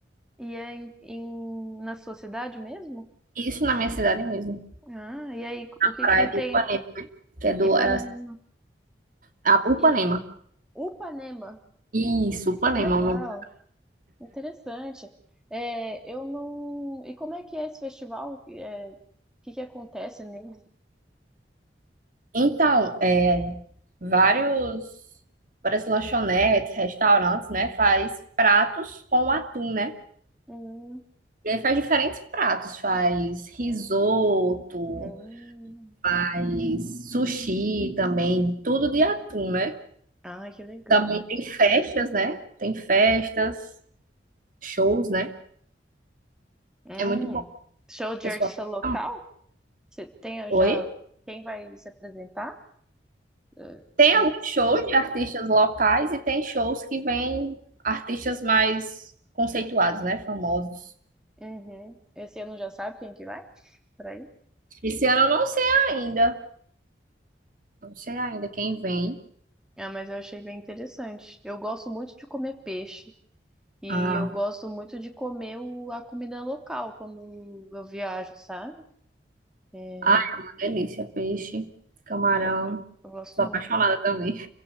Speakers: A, in the centre; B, on the right (about 50°).
A: e é em, em- na sua cidade mesmo?
B: Isso na minha cidade mesmo,
A: Ah, e aí, o que
B: praia
A: que tem?
B: de Ipanema, que é do
A: Ipanema.
B: é a Upanema.
A: E Upanema,
B: Isso, Upanema,
A: que legal,
B: é o nome.
A: interessante. É, eu não. E como é que é esse festival? É, o que que acontece nele?
B: Então, é, vários, várias lanchonetes, restaurantes, né, faz pratos com atum, né?
A: Hum,
B: E aí faz diferentes pratos, faz risoto,
A: hum.
B: faz sushi também, tudo de atum, né?
A: Ah, que legal.
B: Também tem festas, né? Tem festas, shows, né?
A: Hum.
B: É muito bom,
A: Show de
B: pessoal.
A: artista local?
B: Ah,
A: Você tem
B: Oi?
A: já quem vai se apresentar? Eh,
B: Tem
A: Você...
B: alguns shows de artistas locais e tem shows que vêm artistas mais conceituados, né? Famosos.
A: Uhum. Esse ano já sabe quem que vai? Por aí?
B: Esse ano eu não sei ainda. Não sei ainda quem vem.
A: Ah, mas eu achei bem interessante. Eu gosto muito de comer peixe e
B: Ah,
A: eu gosto muito de comer o- a comida local quando eu viajo, sabe? É,
B: ah, é uma delícia. Peixe, camarão.
A: eu, go- eu gosto
B: Sou
A: muito.
B: apaixonada também.